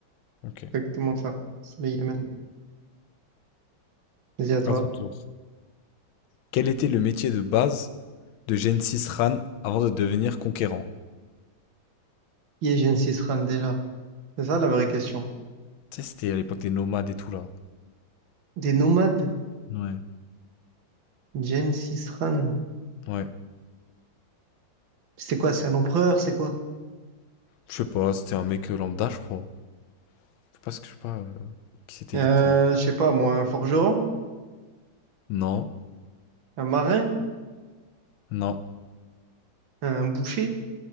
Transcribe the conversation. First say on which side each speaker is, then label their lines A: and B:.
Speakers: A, on the left; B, on the right.
A: Ok.
B: exactement ça. C'est le Yémen. Vas-y à toi.
A: À ton tour. Quel était le métier de base de Gengis Khan avant de devenir conquérant?
B: Qui est Gengis Khan déjà? C'est ça la vraie question.
A: Tu sais, c'était à l'époque des nomades et tout là.
B: Des nomades?
A: Ouais.
B: Gengis Khan.
A: Ouais.
B: C'est quoi? C'est un empereur? C'est quoi?
A: Je sais pas, c'était un mec euh, lambda, je crois. Je sais pas ce que je sais pas euh, qui c'était
B: Euh,
A: exactement.
B: je sais pas, moi, un forgeron?
A: Non,
B: Un marin?
A: non,
B: Un boucher?